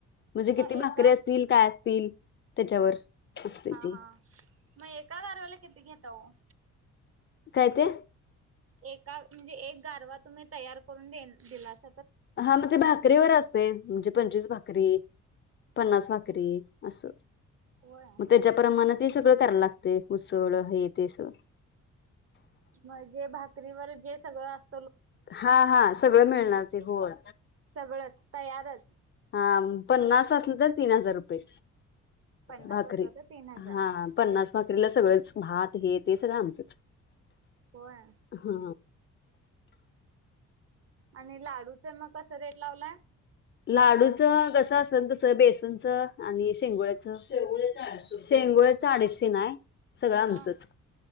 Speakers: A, on the left; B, on the right.
A: म्हणजे
B: मग
A: किती
B: एका
A: भाकरीे असतील, काय असतील? त्याच्यावर. असते
B: हा
A: ती
B: हा मग एका गारव्याला किती घे ता हो?
A: काय ते?
B: एका म्हणजे एक गारवा तुम्ही तयार करून देन दिलात
A: हा मग ते भाकरीवर असतंय, म्हणजे पंचवीस भाकरी पन्नास भाक री असं.
B: होय
A: मग त्याच्या प्रमाणं ते सगळं करा लाग ते ऊसळ, हे ते असं.
B: म्हणजे भाकरीवर जे सगळं अस
A: हा हा सगळं मिळणार ते होय.
B: सगळंच तयारच
A: हा पन्नास असलं तर तीन हजार रुपये.
B: पन्नास
A: भाकरी,
B: असलं तर तीन हजार
A: हा पन्नास भाकरीला सगळंच. भात हे ते सगळं आमचंच.
B: होय
A: हा.
B: आणि लाडूचं मग कसं रेट लावलाय
A: लाडूचं कसं अस सल तसं. बेसनचं आणि शेंगोळ्याचं. शेंगोळ्याचं अडीचशेनं हाय. सगळं आमचच.
B: हा